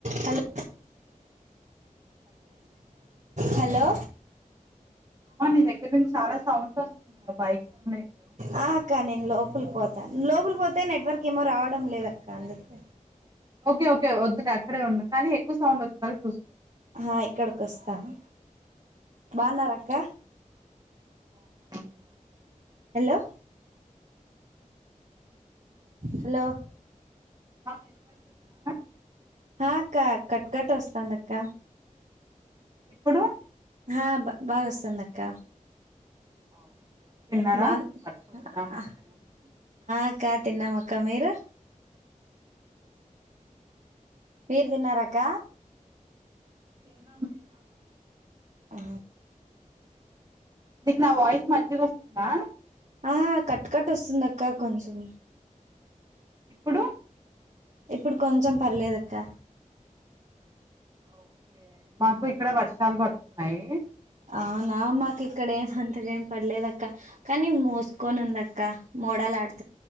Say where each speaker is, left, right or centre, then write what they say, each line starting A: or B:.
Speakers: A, on the right; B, on the right.
A: Hello
B: hello
A: hello
B: అమ్మ నీ దగ్గర నుంచి చాలా సౌండ్ వస్తున్నాయి బైక్ సౌండ్ ఏమో
A: ఆ అక్క నేను లోపలి పోతా లోపలికి పోతే నెట్వర్క్ ఏమో రావడం లేదక్క అందుకు
B: ఓకే ఓకే వద్దులే అక్కడే ఉండు కానీ ఎక్కువ సౌండ్ వచ్చేలాగా చూసుకో
A: ఆ ఇక్కడకి వస్తాను బాగున్నారా అక్క
B: బాగున్నామా మీరు బాగున్నారా
A: హలో హలో
B: మా వినపడుతుందా
A: హా అక్క కట్కట్ వస్తాంది అక్క
B: ఇప్పుడు
A: హా బా బాగా వస్తుంది అక్క
B: ఆ ఓకే తిన్నారా
A: బాగున్
B: మరి పొద్దున మధ్యాహ్నం
A: ఆ అక్క తిన్నాం అక్క మీరు మీరు తిన్నారాక్క
B: తిన్నాం తిన్నామా
A: ఆ
B: నీకు నా వాయిస్ మంచిగొస్తుందా
A: ఆహా కట్కట్ వస్తుంది అక్క కొంచం
B: ఇప్పుడు
A: ఇప్పుడు కొంచెం పర్లేదక్క
B: ఓకే మాకు ఇక్కడ వర్షాలు పడుతున్నాయి
A: అవునా మాకు ఇక్కడ ఏం అంతగా ఏం పడలేదక్క కానీ మోసుకోని ఉందక్క మోడలు ఆడు